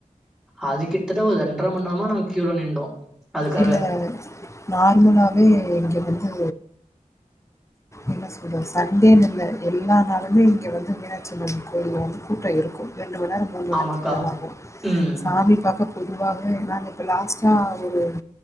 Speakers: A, in the centre; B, on the left.
A: அது கிட்டத்தட்ட ஒரு ரெண் ஒன்ர மணி நேரமா நாங்க கியூல நின்டோ அதுக்காக
B: இல்ல நார்மலாவே இங்க வந் அ என்ன சொல்றது சண்டேனு இல்ல எல்லா நாளுமே இங்க வந்து மீனாட்சிம்மன் கோயிலில வந்து கூட்டம் இருக்கு ரெண்டு மணிநேரம் மூணு மணிநேரத்துக்கு
A: ஆமாக்கா
B: மேல ஆகும்
A: ம்
B: சாமி பாக்க பொதுவாக நாங்க இப்ப லாஸ்ட்டா ஒரு